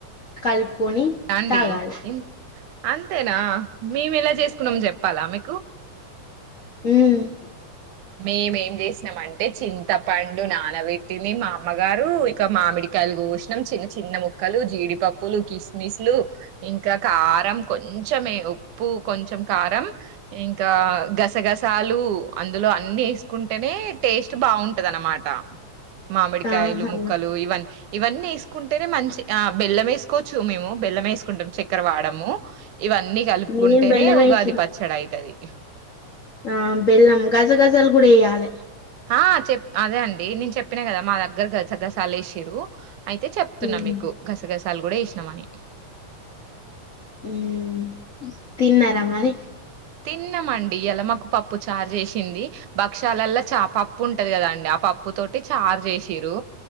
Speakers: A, on the left (about 60°); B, on the right (about 80°).
A: కల్పుకుని
B: అండి
A: తాగాలే
B: ఇన్- అంతేనా మేము ఎలా చేసుకున్నాం చెప్పాలా మీకు
A: ఉమ్
B: మేమేం చేసినాం అంటే చింతపండు నానబెట్టింది మా అమ్మగారు ఇంకా మామిడికాయలు కోసినం చిన్న చిన్న ముక్కలు జీడిపప్పులు కిస్మిస్లు ఇంకా కా కారం కొంచమే ఉప్పు కొంచెం కారం ఇంకా గసగసాలు అందులోనే అన్ని వేసుకుంటేనే టేస్ట్ బాగుంటది అనమాట మామిడికాయలు
A: ఆహా!
B: ముక్కలు ఇవన్న ఇవన్నీ వేసుకుంటేనే మంచి ఆ బెల్లం వేసుకోవచ్చు మేము బెల్లం వేసుకుంటాము చక్కెర వాడము ఇవన్నీ కలుపుకుంటేనే
A: నేను బెల్లమేసిన.
B: ఉగాది పచ్చడి అవుతది
A: ఆ బెల్లం గసగసాలు కూడా వేయ్యాలే
B: ఆ చెప్ అదే అండి నేను చెప్పినా కదా మా దగ్గరగా చగ్గ గాసాగాసాలేసిరు అయితే చెప్తున్నా
A: హ్మ్.
B: మీకు గసగసాలు కూడా ఇసినాంమని
A: ఉమ్ తిన్నార మరి
B: తిన్నామండి ఇలా మాకు పప్పు చారు చేసింది భక్ష్యాలల్ల చ పప్పు ఉంటది కదా అండి ఆ పప్పు ఉప్పు తోటి చార్ చేసిర